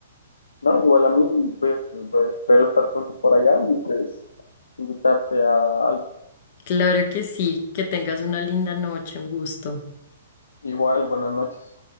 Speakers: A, on the left (about 80°); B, on the left (about 45°).
A: no, igual a mí, y, pues, pues, espero estar pronto por allá y pues invitarte a algo.
B: Claro que sí, que tengas una linda noche, un gusto.
A: Igual, buenas noches.